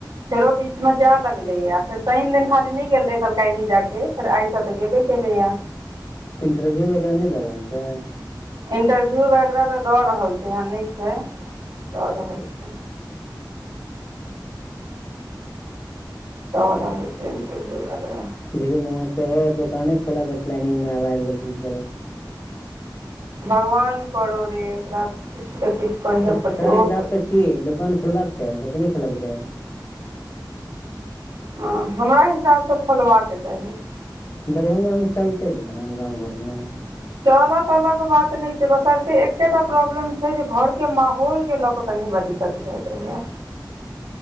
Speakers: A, on the right; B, on the left.
A: फेरो बीच मे जाय लगले यऽ फेर शैन दिन खाली नहि गेल रहे कहलकै आय नै जायके अछि। फेर आय तऽ गेबे केलय ये।
B: इंटरव्यू वगैरह नहि दऽ रहल छै।
A: इन्टरव्यू वगैरह तऽ दऽ रहल छै एहन नहि छै दऽ रहल छै। द रहल छै ईंटरभीउ वगेरहं
B: धीरू मामा सेहो दोकाने खोलऽ केॅं प्लानिंग मे आब आबि गेलखिन फेरो
A: भगवान करो रे ओकरा किछु ते किछु कड़य
B: तोरा
A: पड़तै
B: तोरा हिसाबसँ
A: ओहो तऽ
B: की दोकान खोलबाक चाही हुनका कि नहि खोलबाक चाही।
A: हाॅं हमरा हिसाबसँ खोलबाके चाही।
B: दरभंगा में चलतै दुकान गाँंव घऽर मे।
A: चऽला तऽला के बात नय छै बसरते ऐकेटा प्रॉब्लम छै जे घऽर के माहौल के लऽ के कनि हमरा दिक्कत भऽ जाय ये।